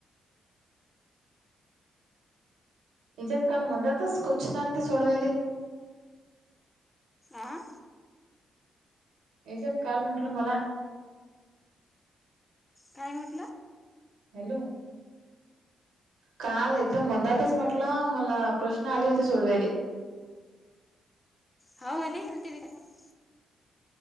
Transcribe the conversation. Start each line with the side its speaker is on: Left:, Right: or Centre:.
Right: इजत काल मदातच कुचनल ती सोडवेली <unintelligible>
Left: आं?
Right: याच्यात काल म्हटलं मला
Left: काय म्हटलं?
Right: हॅलो. काल एकदम मंदातच म्हटलं, मला प्रश्न आले होते सोडवाले.
Left: हो मणे हलतीव का <unintelligible>